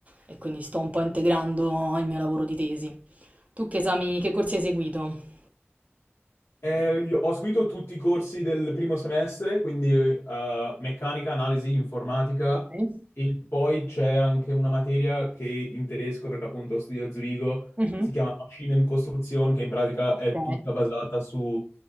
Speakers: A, on the right (about 35°); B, on the left (about 85°).
A: E quindi sto un po' integrando il mio lavoro di tesi. Tu che esami, che corsi hai seguito?
B: Eh, io ho seguito tutti i corsi del primo semestre, quindi eh, meccanica, analisi, informatica
A: Ok.
B: e poi c'è anche una materia che in tedesco, perché appunto studio a Zurigo,
A: Mhm.
B: si chiama Maschinen Konstruktion, che in pratica
A: Ok.
B: è tutta basata su